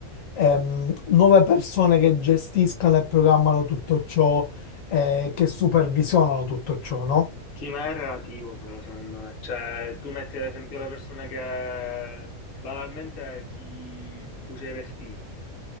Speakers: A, on the left; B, on the left.
A: ehm, nuove persone che gestiscano e programmano tutto ciò, eh, che supervisionano tutto ciò, no?
B: Sì, ma è relativo però, secondo me. Cioè, tu metti ad esempio le persone che banalmente chi cuce i vestiti.